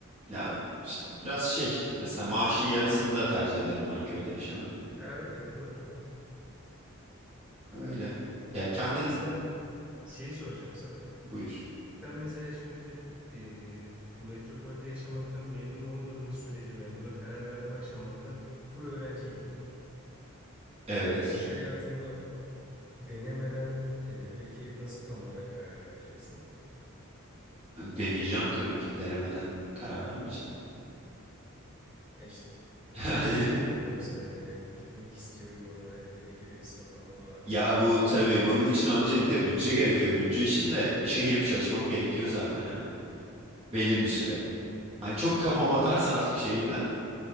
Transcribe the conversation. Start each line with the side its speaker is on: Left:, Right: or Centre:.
Right: ya işte biraz şey. Mesela maaşın yarısını da tercih ederim ben köyde yaşamaya.
Centre: Ha öyle doğru.
Right: Öyle. Ya kendin
Centre: Ama mesela şeyi soracağım sana.
Right: buyur.
Centre: Sen mesela şimdi eee, metropolde yaşamaktan memnun olmadığın sürece yani buna karar verme aşamanda full öğrenciydin.
Right: Evet.
Centre: Ve iş hayatında denemeden eee, peki nasıl tam olarak karar vereceksin?
Right: Deneyeceğim tabii ki. Denemeden karar vermeyeceğim.
Centre: Ya işte o-
Right: <laughs>
Centre: şeyini soruyorum sana hani ben gitmek istiyorum orada hani bir Ege'de bir sapan bağ
Right: Ya
Centre: vesaire
Right: bu
Centre: konusu.
Right: tabii bunun için öncelikle bütçe gerekiyor. Bütçe için de işe girip çalışmam gerekiyor zaten hani belli bir süre. Hani çok kafam atarsa artık şehirden